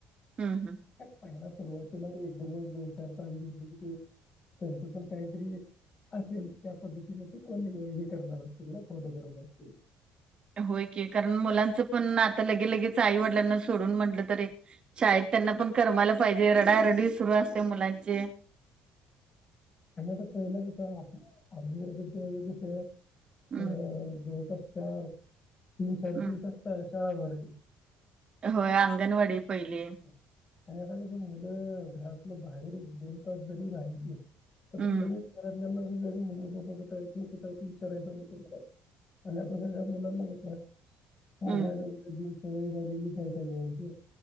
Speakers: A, on the right (about 45°); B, on the left (about 40°).
A: हम्म
B: पहिला सुरुवातीला, एकदमच दोन चार तास, घेतल की म तेंच पण काहीतरी असे त्याप दु दिट कोणी हे करणार असतील कोड बरो असतीलल.
A: होय की कारण मुलांचं पण आता लगे लगेच आई वडिलांना सोडून म्हटलं तरी. शाळेत त्यांना पण कमायला पाहिजे रडारडी सुरू असते मुलांचे.
B: आणि आता पहिला कस आम्ही जायचा त्या वेळी कस
A: हम्म
B: अ जळ तास चार तीन साडेतीन
A: हम्म
B: तासता शाळाभर
A: होय आंगणवाडी पहिली.
B: आणि आता कस मुलं घरातलं बाहेर दोन तास जरी राहिली. तर
A: हम्म
B: ती नाहीना <unintelligible> मम्मी पप्पा कुठायचे कुठय विचारायचालू करतात आणि आता सगळ्या मुलांना होतात. मोबाईल
A: हम्म
B: वगैरे देऊन सगळी झालेली पाहि